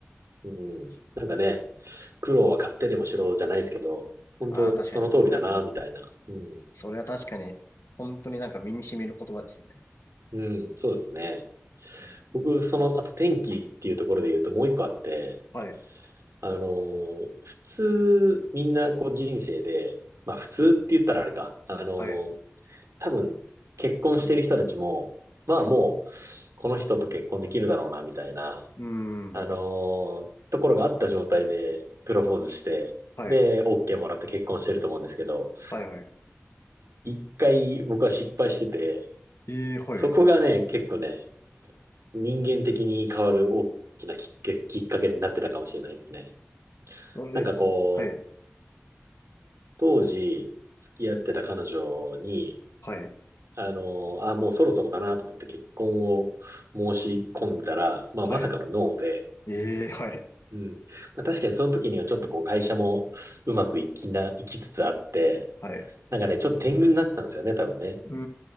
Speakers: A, on the right; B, on the left.
A: うん。
B: ん。
A: なんかね、苦労は買ってでもしろじゃないですけど、本当その通りだなみたいな。
B: ああ、確かに。うん。
A: うん。
B: それは確かに、本当になんか身に染みる言葉ですね。
A: うん、そうですね。
B: うん
A: 僕、その、あと天気っていうところで言うともう一個あって、
B: はい。
A: あのー、普通、みんなこう人生で、まあ普通って言ったらあれか、あのー、
B: はい。う
A: 多分結婚してる人たちも、まあもう、この人と結婚できるだろうな、みたいな、
B: ーん。
A: あのー、ところがあった状態でプロポーズして、
B: はい。
A: で、OK もらって結婚してると思うんですけど、
B: はい。はい。
A: 一回僕は失敗してて、
B: ええ、はい。
A: そこがね、
B: はい。はい
A: 結構ね、人間的に変わる大きなきっかけ、きっかけになってたかもしれないですね。
B: それ、
A: なんかこう、
B: はい。
A: 当時付き合ってた彼女に、
B: はい。
A: あの、あ、もうそろそろだなと思って結婚を申し込んだら、まあまさかのノーで、
B: はい。ええ、はい。
A: うん。まあ確かにその時にはちょっとこう会社もうまくいきな、いきつつあって、
B: はい。
A: なんかね、ちょっと天狗になってたんですよね、多分ね。
B: うー